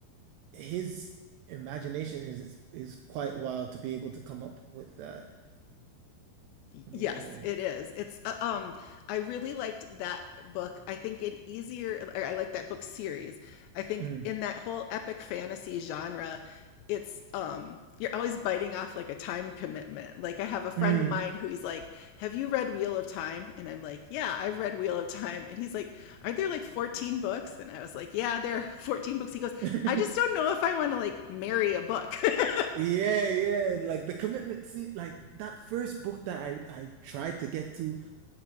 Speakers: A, on the right; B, on the left.
A: his imagination is is quite wild to be able to come up with that.
B: Yes,
A: Yeah.
B: it is. It's uh, um I really liked that book. I think an easier or I like that book series. I think
A: Mm,
B: in that whole epic fantasy genre, it's um you're always biting off like a time commitment. Like I have a friend
A: mm.
B: of mine who he's like, "Have you read Wheel of Time?" And I'm like, "Yeah, I've read Wheel of Time." And he's like, "Aren't there like 14 books?" And I was like, "Yeah, there are <laughs> 14 books." He goes,
A: <laughs>
B: "I just don't know if I want to like marry a book." <laughs>
A: Yeah, yeah, like the commitment. See, like that first book that I I tried to get to,